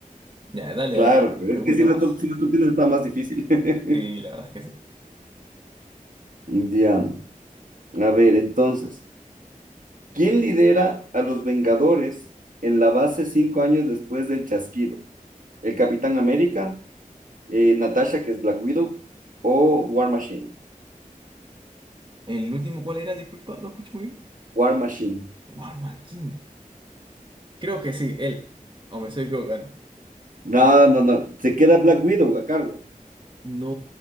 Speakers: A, on the right (about 35°); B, on the right (about 65°).
A: Ya, dale,
B: Claro,
A: a ver,
B: pero
A: pregunta
B: es que sin
A: más.
B: las, tor- sin las tortillas está más difícil. <laughs>
A: Sí, la verdad es que sí.
B: Ya, a ver, entonces, ¿quién lidera a los Vengadores en la base cinco años después del chasquido? ¿El Capitán América, eh, Natasha, que es Black Widow, o War Machine?
A: ¿El último cuál era? Disculpa, no escucho muy bien.
B: War Machine.
A: War Machine. Creo que sí, él. O me estoy equivocando.
B: No, no, no, se queda Black Widow a cargo.
A: No,